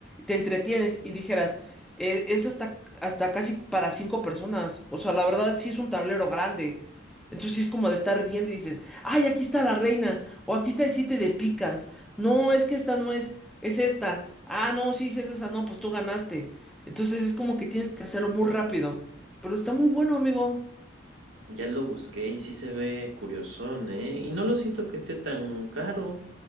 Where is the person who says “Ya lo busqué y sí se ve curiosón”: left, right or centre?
Right